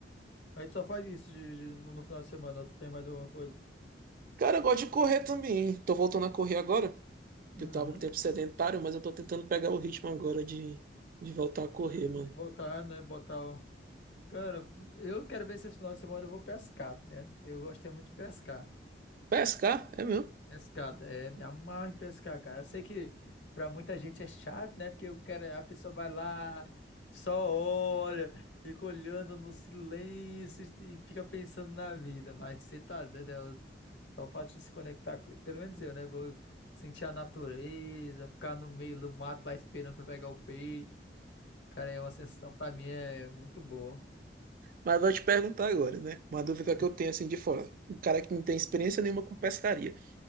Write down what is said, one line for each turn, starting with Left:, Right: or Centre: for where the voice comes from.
Left: Aí tu só faz isso de- de- no, no final de semana, ou tu tem mais alguma coisa?
Right: Cara, eu gosto de correr também. Tô voltando a correr agora,
Left: Uhum.
Right: que eu tava um tempo sedentário, mas eu tô tentando pegar o ritmo agora de, de voltar a correr, mano.
Left: De voltar, né? Botar o. Cara, eu quero ver se esse final de semana eu vou pescar, tá ligado? Eu gosto é muito de pescar.
Right: Pescar? É mesmo.
Left: Pescado, é, me amarro em pescar, cara. Eu sei que pra muita gente é chato, né? Porque o cara, a pessoa vai lá, só olha, fica olhando no silêncio e fica pensando na vida. Mas você tá doido, é o- só o fato de se conectar, com- pelo menos eu, né? go- Sentir a natureza, ficar no meio do mato lá esperando pra pegar o peixe. Cara, é uma sensação pra mim é muito boa.
Right: Mas vou te perguntar agora, né? Uma dúvida
Left: Uhum.
Right: que eu tenho assim de fora. O cara que não tem experiência nenhuma com pescaria.